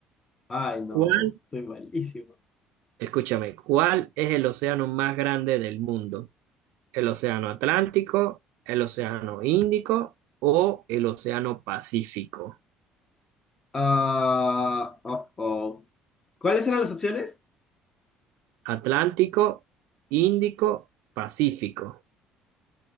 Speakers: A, on the left; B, on the right.
A: Ay, no,
B: ¿Cuál,
A: soy malísimo.
B: escúchame, cuál es el océano más grande del mundo? ¿El océano Atlántico, el océano Índico o el océano Pacífico?
A: Ah, oh, oh. ¿Cuáles eran las opciones?
B: Atlántico, Índico, Pacífico.